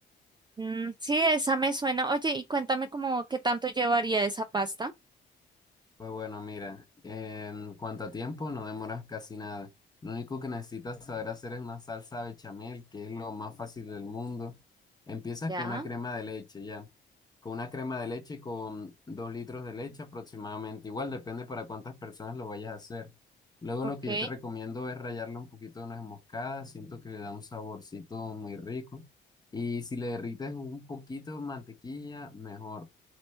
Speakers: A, on the right; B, on the left.
A: Mm, sí, esa me suena. Oye, y cuéntame como qué tanto llevaría esa pasta.
B: Pues bueno, mira, en cuanto a tiempo, no demoras casi nada. Lo único que necesitas saber hacer es una salsa bechamel, que es lo más fácil del mundo. Empiezas
A: Ya,
B: con una crema de leche, ya. Con una crema de leche y con dos litros de leche aproximadamente. Igual depende para cuántas personas lo vayas a hacer. Luego
A: ok,
B: lo que yo te recomiendo es rallarle un poquito de nuez moscada. Siento que le da un saborcito muy rico. Y si le derrites un poquito de mantequilla, mejor.